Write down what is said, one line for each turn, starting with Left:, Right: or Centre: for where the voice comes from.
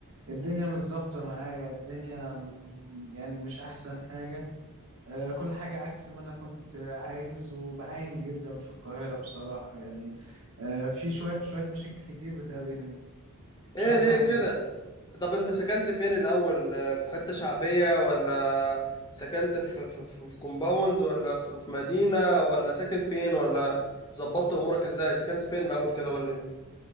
Right: الدنيا مش ظابطة معايا الدنيا م- يعني مش أحسن حاجة آه، كل حاجة عكس ما أنا كنت آه، عايز وبعاني جدا في القاهرة بصراحة يعني آه، في شوية شوية مشاكل كتير بتقابلني
Left: ايه
Right: مش عارف
Left: ليه
Right: أعمل
Left: كده
Right: إيه
Left: طب انت سكنت فين الاول آه، في حتة شعبية ولا سكنت في في في في كومباوند ولا في في مدينة ولا ساكن فين ولا ظبطت امورك ازاي سكنت فين الاول كده قول لي